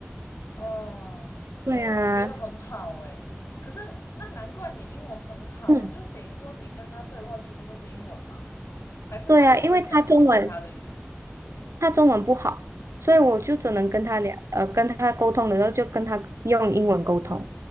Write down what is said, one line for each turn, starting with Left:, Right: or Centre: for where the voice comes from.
Left: 哦哦，
Right: 对啊，
Left: 我觉得很好诶、可是那难怪你英文很好啊，
Right: 嗯，
Left: 就是等于说你跟他对话全部都是英文嘛？还是他也会讲一些其他的语言？
Right: 对啊，因为他中文他中文不好，所以我就只能跟他聊，呃，跟他沟通的时候就跟他用英文沟通，